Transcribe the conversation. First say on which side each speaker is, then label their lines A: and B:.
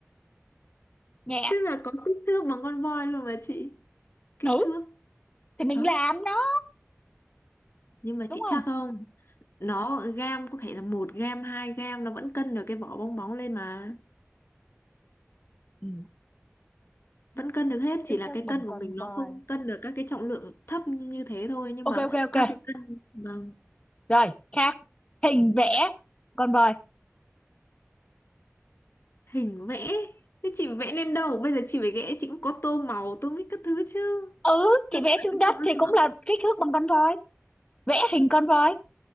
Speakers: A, on the left (about 25°); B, on the left (about 55°).
A: nhẹ
B: Tức là có kích thước bằng con voi luôn mà chị. Kích
A: ừ
B: thước.
A: thì mình
B: Đó.
A: làm nó
B: Nhưng mà
A: đúng
B: chị
A: không
B: chắc không? Nó gam có thể là một gam, hai gam nó vẫn cân được cái vỏ bong bóng lên mà.
A: ừ.
B: Vẫn cân được hết, chỉ
A: kích
B: là
A: thước
B: cái
A: bằng
B: cân
A: con
B: của mình nó
A: voi
B: không cân được các cái trọng lượng thấp như, như thế thôi. Nhưng
A: ok
B: mà
A: ok ok
B: các cái cân vâng,
A: rồi khác hình vẽ con voi
B: hình vẽ. Thế chị vẽ lên đâu? Bây giờ chị phải vẽ, chị cũng có tô màu, tô mít các thứ chứ.
A: ừ chị
B: Nó cũng
A: vẽ xuống
B: phải có
A: đất
B: trọng
A: thì
B: lượng.
A: cũng là kích thước bằng con voi vẽ hình con voi